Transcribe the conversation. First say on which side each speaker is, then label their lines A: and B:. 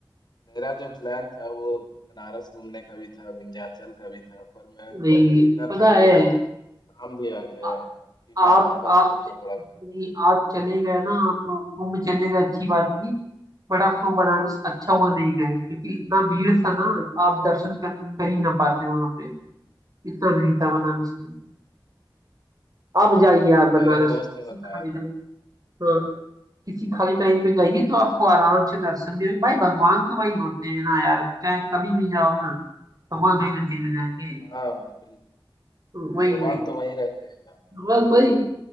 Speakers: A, on the left (about 55°); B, on the right (about 45°).
A: मेरा जो प्लान था वो बनारस घूमने का भी था विंध्याचल का भी था पर मैं
B: नहीं
A: इतना
B: पता
A: थक
B: है
A: गया और काम भी आ गया
B: आ,
A: यार कि
B: आप
A: मैं वापस
B: आप
A: लौटना
B: च-
A: पड़ा फिर
B: नहीं आप चले गए ना आप कुंभ चले गए अच्छी बात थी बट आपको बनारस अच्छा हुआ नहीं गए क्योंकि इतना भीड़ था ना आप दर्शन कर, कर ही ना पाते वहां पे इतना भीड़ था बनारस में आप जाइए
A: हाँ,
B: आप
A: मेरे
B: बनारस
A: दोस्त
B: किसी
A: ने बताया
B: खाली
A: था
B: टाइम हाँ किसी खाली टाइम पे जाइए तो आपको आराम से दर्शन मिलेंगे भाई भगवान तो वही होते हैं ना यार चाहे कभी भी जाओ ना भगवान थोड़ी ना चेंज हो जाएंगे
A: हाँ भाई बिल्कुल
B: वही
A: भगवान
B: वही
A: तो वहीं रहते हैं यार
B: बस भाई